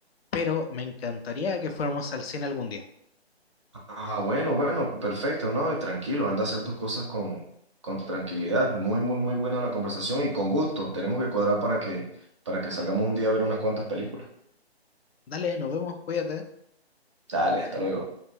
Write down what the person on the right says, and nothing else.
Ay,
Ah, bueno, bueno, perfecto, ¿no? Tranquilo, anda a hacer tus cosas con, con tranquilidad. Muy, muy, muy buena la conversación y con gusto. Tenemos que cuadrar para que, para que salgamos un día a ver unas cuantas películas.
Dale, hasta luego.